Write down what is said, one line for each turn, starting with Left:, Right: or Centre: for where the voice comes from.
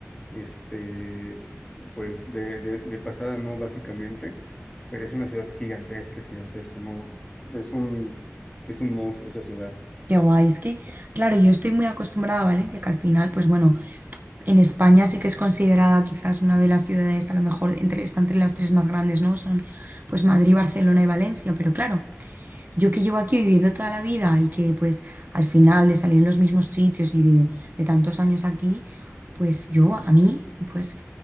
Left: este, pues de, de, de pasada, ¿no? Básicamente, pero es una ciudad gigantesca, gigantesca, ¿no? Es un, es un monstruo esa ciudad.
Right: Qué guay, es que, claro, yo estoy muy acostumbrada a Valencia, que al final, pues bueno, En España sí que es considerada quizás una de las ciudades, a lo mejor entre, está entre las tres más grandes, ¿no? Son pues Madrid, Barcelona y Valencia, pero claro, yo que llevo aquí viviendo toda la vida y que pues al final de salir en los mismos sitios y de, de tantos años aquí, pues yo a mí, pues